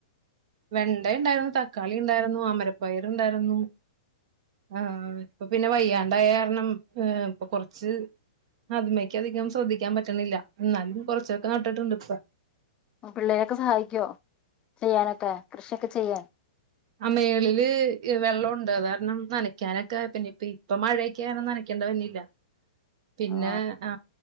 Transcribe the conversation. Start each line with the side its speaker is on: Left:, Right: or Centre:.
Right: വെണ്ട ഉണ്ടായിരുന്നു തക്കാളി ഉണ്ടായിരുന്നു അമരപ്പയറു ണ്ടായിരുന്നു ആ ഇപ്പൊ പിന്നെ വയ്യാണ്ടായ കാരണം ഇപ്പൊ കൊറച്ച് അതിമേക്ക് അധികം ശ്രദ്ധിക്കാൻ പറ്റണില്ല എന്നാലും കൊറച്ചൊക്കെ നട്ടിട്ടുണ്ട് ഇപ്പ
Left: പിള്ളേരൊക്കെ സഹായിക്കുവോ ചെയ്യാനൊക്കെ കൃഷിയൊക്കെ ചെയ്യാൻ
Right: അ മേളില് വെള്ളമൊണ്ട് അതാരണം നനക്കാനൊക്കെ പിന്നെഇപ്പോ ഇപ്പൊ മഴയൊക്കെയുണ്ട് നനക്കേണ്ടി വന്നില്ല പിന്നെ
Left: ആ
Right: ആ